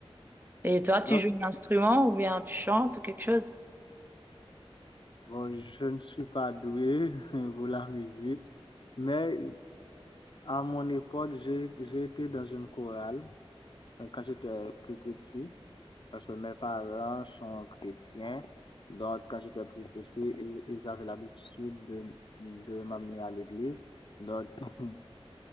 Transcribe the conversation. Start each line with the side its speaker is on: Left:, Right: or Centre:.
Right: Et toi, tu
Left: Donc,
Right: joues un instrument ou bien tu chantes ou quelque chose?
Left: bon, je ne suis pas doué <laughs> pour la musique, mais à mon époque, j'ai, j'ai été dans une chorale euh, quand j'étais plus petit, parce que mes parents sont chrétiens. Donc, quand j'étais plus petit, ils, ils avaient l'habitude de, de m'amener à l'église. Donc, <laughs>